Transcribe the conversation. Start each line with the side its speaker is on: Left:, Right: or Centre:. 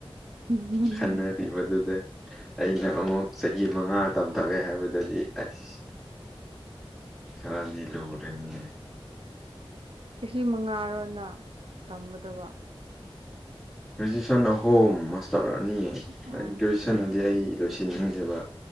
Right: ꯎꯝ ꯎꯝ
Centre: ꯈꯟꯅꯔꯤ
Right: ꯎꯝ
Centre: ꯃꯗꯨꯗ ꯑꯩꯅ ꯑꯃꯨꯛ ꯆꯍꯤ ꯃꯉꯥ ꯇꯝꯊꯒꯦ ꯍꯥꯏꯕꯗꯗꯤ ꯑꯁ ꯈꯔꯗꯤ ꯂꯨꯔꯅꯤꯅꯦ
Right: ꯆꯍꯤ ꯃꯉꯥꯔꯣꯅ ꯇꯝꯒꯗꯕ
Centre: ꯒ꯭ꯔꯦꯖꯨꯑꯌꯦꯁꯟ ꯑꯍꯣꯝ ꯃꯥꯁꯇꯔ ꯑꯅꯤ
Right: ꯎꯝ
Centre: ꯒ꯭ꯔꯦꯖꯨꯑꯦꯁꯟꯗꯤ
Right: ꯎꯝ
Centre: ꯑꯩ ꯂꯣꯏꯁꯤꯟꯅꯤꯡꯗꯦꯕ